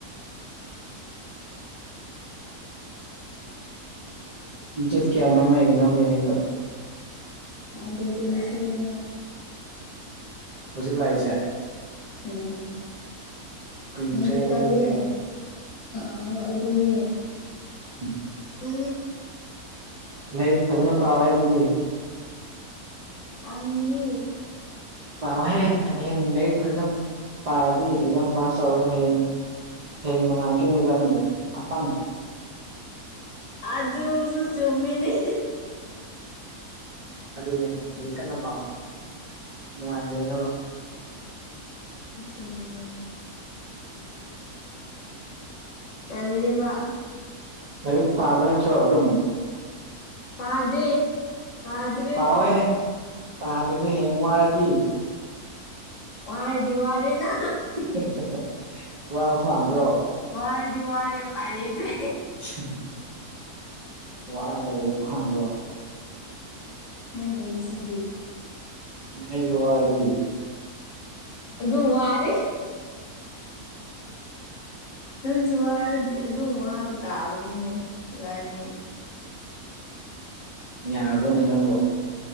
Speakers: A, on the right (about 65°); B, on the left (about 55°).
A: ꯖꯦꯠ ꯀꯌꯥꯅꯣ ꯅꯣꯏ ꯑꯦꯛꯖꯥꯝ ꯂꯩ ꯍꯥꯏꯗꯣ꯫
B: ꯑ ꯗꯦꯠ ꯇ꯭ꯋꯦꯟꯇꯤ ꯁꯕꯦꯟꯗ꯫
A: ꯍꯧꯖꯤꯛ ꯂꯥꯛꯏꯁꯦ꯫
B: ꯎꯝ꯫
A: ꯀꯨꯏꯗ꯭ꯔꯦ
B: ꯌꯥꯝꯅ ꯇꯜꯂꯦ
A: ꯑꯗꯨꯗꯤ
B: ꯑ ꯑꯗꯨꯅꯦ
A: ꯎꯝ
B: ꯄꯨ
A: ꯂꯥꯏꯔꯤꯛ ꯐꯖꯅ ꯄꯥꯎꯦ ꯍꯥꯏ ꯑꯗꯨꯗꯤ
B: ꯋꯥꯅꯤꯡꯗꯤ
A: ꯄꯥꯎꯍꯦ ꯍꯌꯦꯡ ꯂꯥꯏꯔꯤꯛ ꯐꯖꯅ ꯄꯥꯔꯗꯤ ꯑꯦꯛꯖꯥꯝ ꯄꯥꯁ ꯇꯧꯔꯒ ꯍꯌꯦꯡ ꯍꯌꯦꯡ ꯅꯨꯡꯉꯥꯏꯗꯣꯏꯅꯦ ꯏꯕꯥꯅꯤ ꯑꯄꯪ
B: ꯑꯗꯕꯨꯁꯨ ꯆꯨꯝꯃꯤꯅꯤ
A: ꯑꯗꯨꯅꯦ ꯂꯔꯤꯛ ꯀꯟꯅ ꯄꯥꯎ ꯅꯨꯡꯉꯥꯏꯅ ꯂꯩꯅꯕ꯫
B: ꯑꯗꯨꯅꯦ꯫ ꯇꯜꯂꯤꯕ꯫
A: ꯂꯔꯤꯛ ꯄꯥꯕ ꯅꯠꯇ꯭ꯔꯣ ꯑꯗꯨꯝ꯫
B: ꯄꯥꯗꯦ꯫ ꯄꯥꯗ꯭ꯔꯦ
A: ꯄꯥꯎꯍꯦ ꯄꯥꯗ꯭ꯔꯗꯤ ꯍꯌꯦꯡ ꯋꯥꯔꯗꯤ꯫
B: ꯋꯥꯔꯗꯤ ꯋꯥꯔꯦꯅ꯫
A: <unintelligible> ꯋꯥꯕ ꯄꯥꯝꯕ꯭ꯔꯣ꯫
B: ꯋꯥꯔꯗꯤ ꯋꯥꯔꯦ ꯎꯄꯥꯏ ꯂꯩꯇ꯭ꯔꯦ꯫
A: <unintelligible> ꯋꯥꯔꯒ ꯂꯩꯕ ꯄꯥꯝꯕ꯭ꯔꯣ꯫
B: ꯅꯪ ꯂꯩꯏꯁꯤꯗꯤ꯫
A: ꯑꯩꯁꯨ ꯋꯥꯔꯗꯤ꯫
B: ꯑꯗꯨ ꯋꯥꯔꯦ꯫ ꯅꯪꯁꯨ ꯋꯥꯔꯗꯤ ꯑꯗꯨꯝ ꯋꯥꯕ ꯇꯥꯕꯅꯤꯅꯦ ꯏꯕꯥꯅꯤ꯫
A: ꯌꯥꯔꯕꯣꯅꯦ ꯅꯪꯕꯣ꯫